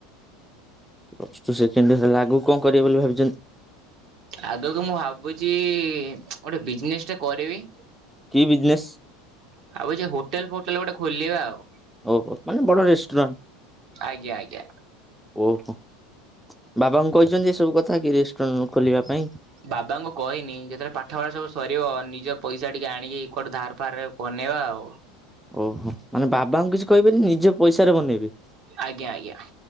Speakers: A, in the centre; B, on the right.
A: ପ୍ଲସ ଟୁ ସେକେଣ୍ଡୟର ଆଗକୁ କଣ କରିବେ ବୋଲି ଭାବିଛନ୍ତି।
B: ଆଗକୁ ମୁଁ ଭାବୁଛି ଗୋଟେ ବିଜନେସ୍ ଟେ କରିବି।
A: କି ବିଜନେସ୍।
B: ଭାବୁଛି ହୋଟେଲ ଫୋଟେଲ ଗୋଟେ ଖୋଲିବା ଆଉ।
A: ଓହୋ ମାନେ ବଡ ରେଷ୍ଟୁରାଣ୍ଟ।
B: ଆଜ୍ଞା ଆଜ୍ଞା
A: ଓହୋ ବାବାଙ୍କୁ କହିଛନ୍ତି ଏସବୁ କଥା କି ରେଷ୍ଟୁରାଣ୍ଟ ଖୋଲିବା ପାଇଁ।
B: ବାବାଙ୍କୁ କହିନି ଯେତେବେଳେ ପାଠ ପଢା ସବୁ ସରିବ ନିଜ ପଇସା ଟିକେ ଆଣିକି କୋଉଟୁ ଧାର ଫାର ରେ ଆଉ। ବନେଇବା ଆଉ।
A: ଓହୋ ମାନେ ବାବାଙ୍କୁ କିଛି କହିବେନି ନିଜ ପଇସାରେ ବନେଇବେ।
B: ଆଜ୍ଞା ଆଜ୍ଞା।